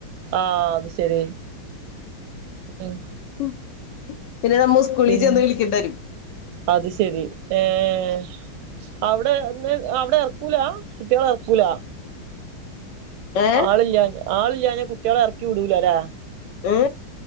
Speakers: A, on the right; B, on the left.
A: ആഹ് അത് ശരി ഉം.
B: ഉം പിന്നെ നമ്മള് സ്കൂളീ
A: പിൻ
B: ചെന്ന് വിളിക്കേണ്ടരും.
A: അത് ശരി ഏഹ്- അവിടെന്ന് അവിടെ എറക്കൂലാ കുട്ടികളെ എറക്കൂലാ?
B: ഏ
A: ആളില്ല്യാ ആളില്ല്യാഞാ കുട്ടികളെ എറക്കി വിടൂലല്ലേ?
B: േ്